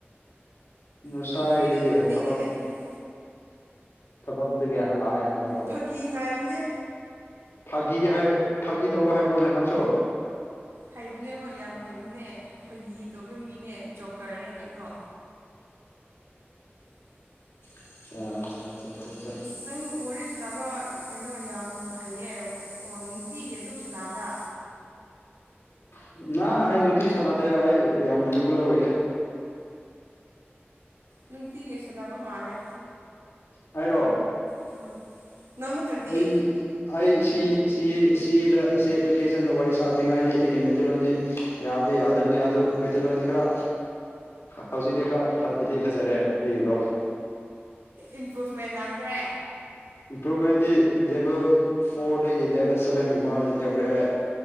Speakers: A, on the left; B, on the right.
A: ꯉꯁꯥꯏꯗꯤ
B: ꯑꯗꯨꯝ ꯐ꯭ꯔꯤꯗ ꯅꯨꯡꯇꯤꯒꯤ
A: ꯊꯕ
B: ꯂꯩꯕꯅꯦ
A: ꯊꯕꯛꯇꯗꯒꯤ ꯍꯜꯂꯛꯑꯦ ꯍꯥꯏꯕ ꯅꯠꯇ꯭ꯔꯣ
B: ꯐꯥꯒꯤ ꯍꯥꯏꯕꯅꯦ
A: ꯐꯥꯒꯤ ꯍꯥꯏ ꯐꯥꯒꯤ ꯇꯧꯕ ꯍꯥꯏꯕ꯭ꯔꯣꯅꯦ ꯅꯪꯁꯨ
B: ꯍꯩꯕꯅꯦ ꯍꯣꯏ ꯌꯥꯝ ꯍꯩꯕꯅꯦ ꯐꯥꯒꯤ ꯇꯣ ꯑꯩꯈꯣꯏ ꯃꯤꯅꯦ ꯖꯣꯕꯀꯔꯅꯦ ꯀꯩꯅꯣ
A: ꯑꯆꯥꯆꯥ
B: ꯅꯪ ꯋꯥꯔꯤ ꯁꯨꯅꯕ ꯀꯩꯅꯣ ꯌꯥꯝ ꯍꯩꯌꯦ ꯑꯣ ꯅꯨꯡꯇꯤꯁꯦ ꯑꯗꯨꯝ ꯁꯨꯅꯕ꯭ꯔꯥ
A: <unintelligible> ꯅ ꯑꯩ ꯅꯨꯡꯇꯤ ꯁꯥꯟꯅꯗꯦ ꯑꯩ ꯌꯥꯝ ꯔꯤꯒꯨꯂꯔ ꯑꯣꯏꯗꯦ
B: ꯅꯨꯡꯇꯤꯒꯤ ꯁꯥꯟꯅꯕ ꯃꯥꯜꯂꯦ
A: ꯍꯥꯏꯔꯣ
B: ꯎꯝ ꯅꯪ ꯅꯠꯇ꯭ꯔꯗꯤ
A: ꯑꯩ ꯑꯩ ꯁꯤ ꯁꯤꯗ ꯁꯤ ꯑꯦꯄ꯭ꯂꯤꯀꯦꯁꯟ ꯋꯥꯔꯤ ꯁꯥꯗ꯭ꯔꯤꯉꯥꯏꯗꯤ ꯑꯩꯒꯤ ꯃꯦꯇꯦꯔꯤꯌꯣꯟꯗꯤ ꯌꯥꯕꯗꯤ ꯌꯥꯗꯕꯅꯤ ꯑꯗꯨ ꯃꯦꯇꯦꯔꯤꯜꯗꯤ ꯈꯔ ꯍꯧꯖꯤꯛꯇꯤ ꯈꯔ ꯐꯗꯤ ꯐꯖꯔꯦ ꯑꯩꯒꯤꯀꯣ
B: ꯏꯝꯄ꯭ꯔꯨꯚꯃꯦꯟ ꯂꯥꯛꯈ꯭ꯔꯦ
A: ꯏꯝꯄ꯭ꯔꯨꯚꯃꯦꯟꯗꯤ ꯂꯦꯚꯦꯜ ꯐꯣꯔꯗꯒꯤ ꯂꯦꯚꯦꯜ ꯁꯚꯦꯟꯒꯨꯝꯕ ꯌꯧꯔꯦ ꯍꯥꯏ